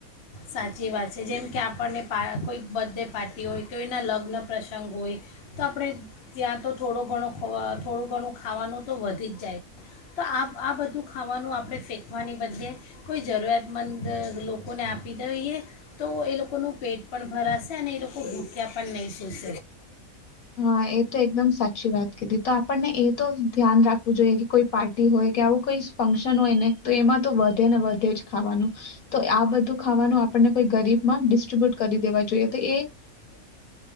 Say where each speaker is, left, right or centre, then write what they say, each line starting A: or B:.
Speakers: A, on the left (about 50°); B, on the left (about 70°).
A: સાચી વાત છે, જેમ કે આપણને <unintelligible> કોઈ બર્થડે પાર્ટી હોય કોઈના લગ્ન પ્રસંગ હોય તો આપણે ત્યાં તો થોડો ઘણો થોડું ઘણું ખાવાનું તો વધી જ જાય તો આ આ બધું ખાવાનું આપણે ફેંકવાની બદલે કોઈ <unintelligible> લોકોને આપ આપી દઈએ તો એ લોકોનું પેટ પણ ભરાશે અને એ લોકો ભૂખ્યા પણ નહીં સૂશે.
B: હા એ તો એકદમ સાચી વાત તો આપણને એ તો ધ્યાન રાખવું જોઈએ. કોઈ પાર્ટી હોય કે આવું કોઈ ફંક્શન હોય ને તો એમાં તો વધે ને વધે જ ખાવાનું તો આ બધું ખાવાનું આપણને કોઈ ગરીબમાં ડિસ્ટ્રીબ્યુટ કરી દેવા જોઈએ.